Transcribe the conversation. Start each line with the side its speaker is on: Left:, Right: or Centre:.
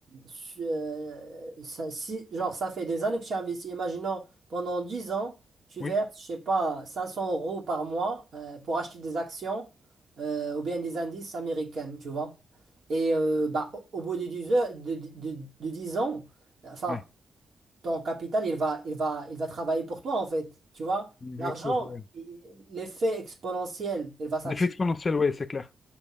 Right: su- euh, ça, si, genre ça fait des années que tu investis, imaginons pendant 10 ans, tu
Left: oui.
Right: verses, je sais pas, 500 euros par mois euh, pour acheter des actions euh, ou bien des indices américains, tu vois. Et euh, bah, au, au bout de 10 heures, de, de, de 10 ans, enfin,
Left: Ouais.
Right: ton capital, il va, il va, il va travailler pour toi, en fait. Tu vois,
Left: L'effet
Right: l'argent,
Left: exponentiel, Ouais,
Right: i- l'effet exponentiel, il va s'activer,
Left: L'effet exponentiel, ouais, c'est clair.